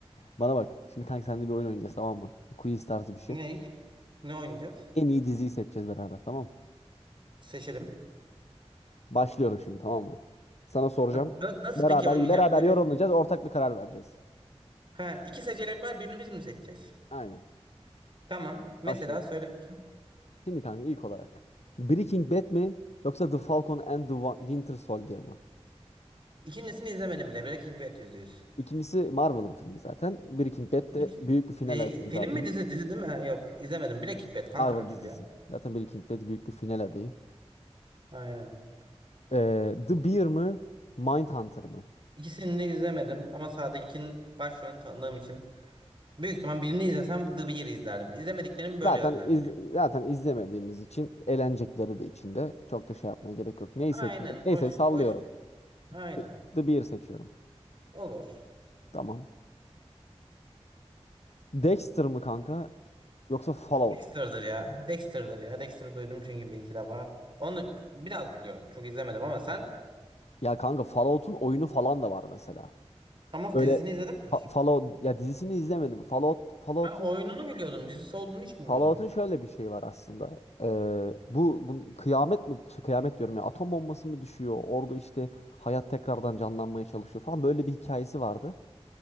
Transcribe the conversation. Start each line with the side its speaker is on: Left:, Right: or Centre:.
Left: Bana bak. Şimdi kanka seninle bir oyun oynayacağız tamam mı? Bir quiz tarzı bir şey.
Right: Ney? Ne oynayacağız?
Left: En iyi diziyi seçeceğiz beraber tamam mı?
Right: Seçelim.
Left: Başlıyorum şimdi tamam mı? Sana soracağım.
Right: Ha, na- Nasıl
Left: Beraber
Right: peki oynayacağız?
Left: beraber
Right: Böyle
Left: yorumlayacağız. Ortak bir karar vereceğiz.
Right: ha iki seçenek var. Birini biz mi seçeceğiz?
Left: Aynen.
Right: Tamam. Mesela
Left: Başlıyorum.
Right: söyle bakayım.
Left: Şimdi kanka ilk olarak. Breaking Bad mi yoksa The Falcon and the Wa- Winter Soldier mı?
Right: İkincisini izlemedim bile. Breaking Bad yüzde yüz.
Left: İkincisi Marvel'ın filmi zaten. Breaking Bad
Right: Hiç,
Left: de büyük bir final
Right: e,
Left: adayı
Right: film
Left: zaten.
Right: mi dizi? Dizi değil mi? Ha, yok. izlemedim. Breaking Bad kanka
Left: Marvel
Right: her türlü
Left: dizisi.
Right: ya.
Left: Zaten Breaking Bad büyük bir final adayı.
Right: Aynen.
Left: Ee, The Bear mı? Mindhunter mı?
Right: İkisini de izlemedim ama sağdakinin başrolünü tanıdığım için büyük ihtimal birini izlesem The Bear'ı izlerdim. İzlemediklerim
Left: Zaten
Right: böyle yönlendiriyor.
Left: iz, zaten izlemediğimiz için eğlenecekleri de içinde. Çok da şey yapmaya gerek yok. Neyi
Right: Aynen
Left: seçiyorum? Neyse
Right: hoş
Left: sallıyorum.
Right: hoş aynen
Left: The The Bear seçiyorum.
Right: olur.
Left: Tamam. Dexter mı kanka yoksa Fallout
Right: Dexter'dır
Left: mu?
Right: ya Dexter'dır ya Dexter'ı duydum çünkü bir iki defa. Onu biraz biliyorum çok izlemedim ama sen
Left: Ya kanka Fallout'un oyunu falan da var mesela.
Right: ama
Left: Böyle
Right: dizisini izledin mi?
Left: Fa- Fallout ya dizisini izlemedim. Fallout Fallout'un
Right: Ben oyununu biliyordum dizisi olduğunu hiç bilmiyordum.
Left: Fallout'un şöyle bir şey var aslında. Ee, bu, bu kıyamet mi şey, kıyamet diyorum ya atom bombası mı düşüyor? Orada işte hayat tekrardan canlanmaya çalışıyor falan böyle bir hikayesi vardı.